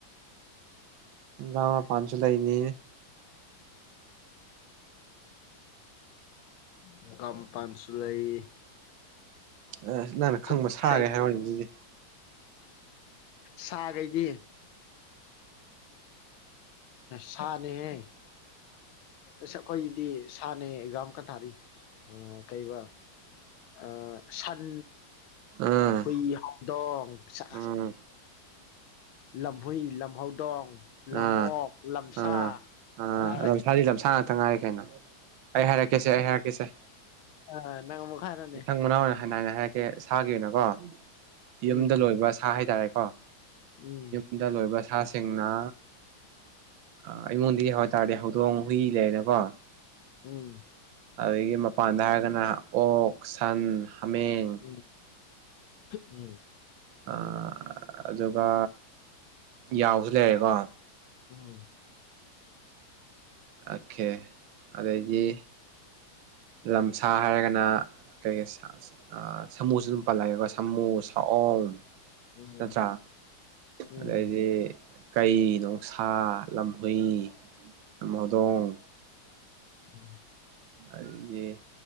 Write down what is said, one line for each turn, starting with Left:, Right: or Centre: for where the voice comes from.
Right: ꯉ ꯄꯥꯟꯁꯨ ꯂꯩ ꯏꯅꯤ
Left: ꯃꯨꯒ ꯃꯄꯥꯟꯁꯨ ꯂꯩ
Right: ꯑ ꯅꯪꯅ ꯈꯪꯕ
Left: ꯀꯣꯕꯤ
Right: ꯁꯥꯒꯦ
Left: ꯂꯩ
Right: ꯍꯥꯏꯔꯅꯤ ꯑꯗꯨꯗꯤ
Left: ꯁꯥꯈꯩꯗꯤ ꯁꯥꯅꯦꯍꯦ ꯑꯁ ꯑꯩꯈꯣꯏꯒꯤꯗꯤ ꯁꯥꯅꯦꯍꯦ ꯑꯦꯛꯖꯥꯝ ꯈ ꯊꯥꯔꯤ ꯑꯣ ꯀꯩꯕ ꯑ ꯁꯥꯟ
Right: ꯑꯥ
Left: ꯀꯈꯣꯏꯗꯣꯡ ꯆ
Right: ꯎꯝ
Left: ꯂꯝꯍꯨꯏ ꯂꯝꯍꯧꯗꯣꯡ ꯂꯝꯑꯣꯛ
Right: ꯑꯥ
Left: ꯂꯝꯁꯥ
Right: ꯑꯥ ꯑꯥ
Left: ꯑ
Right: ꯂꯝꯁꯥꯗꯤ ꯂꯝꯁꯥ ꯉꯥꯛꯇ ꯉꯥꯏꯔꯦ ꯀꯩꯅꯣ ꯑꯩ ꯍꯥꯏꯔꯛꯀꯦꯁꯦ ꯑꯩ ꯍꯥꯏꯔꯛꯀꯦꯁꯦ
Left: ꯑ ꯅꯪ ꯍꯥꯏꯔꯣꯅꯦ
Right: ꯃꯊꯪ ꯃꯅꯥꯎ ꯑꯣꯏꯅ ꯍꯥꯏꯅ ꯍꯥꯏꯔꯛꯒꯦ ꯁꯥꯒꯤꯅꯀꯣ
Left: ꯎꯝ
Right: ꯌꯨꯝꯗ ꯂꯣꯏꯕ ꯁꯥ ꯍꯥꯏꯇꯥꯔꯦ ꯍꯥꯥ
Left: ꯎꯝ
Right: ꯏꯗ ꯂꯣꯏꯕ ꯁꯥꯁꯤꯡꯅ ꯑ ꯑꯩꯉꯣꯟꯗꯒꯤ ꯍꯥꯏꯇꯥꯔꯗꯤ ꯍꯧꯗꯣꯡ ꯍꯨꯏ ꯂꯩꯔꯦꯀꯣ
Left: ꯎꯝ
Right: ꯑꯗꯒꯤ ꯃꯄꯥꯟꯗ ꯍꯥꯏꯔꯒꯅ ꯑꯣꯛ ꯁꯟ ꯍꯥꯃꯦꯡ
Left: ꯎꯝ ꯎꯝ
Right: ꯑ ꯑꯗꯨꯒ ꯌꯥꯎꯁꯨ ꯂꯩꯔꯦꯀꯣ
Left: ꯎꯝ
Right: ꯑꯈꯦ ꯑꯗꯩꯗꯤ ꯂꯝꯁꯥ ꯍꯥꯏꯔꯒꯅ ꯀꯩ ꯁꯥ ꯁꯥꯃꯨꯁꯨ ꯑꯗꯨꯝ ꯄꯜꯂꯒꯦꯀꯣ ꯁꯃꯨ ꯇꯥꯛꯑꯣꯝ
Left: ꯎꯝ
Right: ꯅꯠꯇ꯭ꯔꯥ
Left: ꯎꯝ ꯎꯝ
Right: ꯑꯗꯩꯗꯤ ꯀꯩ ꯅꯣꯡꯁꯥ ꯂꯝꯍꯨꯏ ꯂꯝꯍꯧꯗꯣꯡ
Left: ꯎꯝ
Right: ꯑꯗꯩꯗꯤ